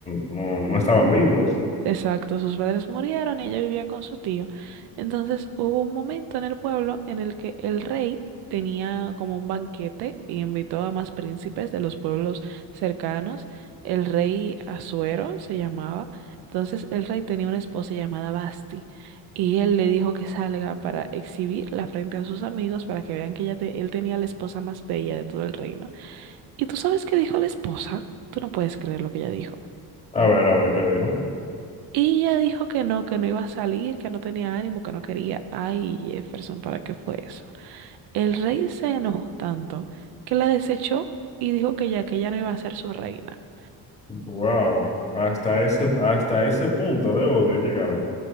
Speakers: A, on the left (about 15°); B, on the right (about 80°).
A: no, no estaban vivos.
B: Exacto, sus padres murieron y ella vivía con su tío. Entonces hubo un momento en el pueblo en el que el rey tenía como un banquete y invitó a más príncipes de los pueblos cercanos. El rey Asuero se llamaba. Entonces el rey tenía una esposa llamada Basti y él le dijo que salga para exhibirla frente a sus amigos para que vean que ella te- él tenía la esposa más bella de todo el reino. ¿Y tú sabes qué dijo la esposa? Tú no puedes creer lo que ella dijo.
A: A ver, a ver qué dijo.
B: Y ella dijo que no, que no iba a salir, que no tenía ánimo, que no quería. Ay, Jefferson, ¿para qué fue eso? El rey se enojó tanto que la desechó y dijo que ya que ella no iba a ser su reina.
A: Wow, hasta ese, hasta ese punto de odio llegaron.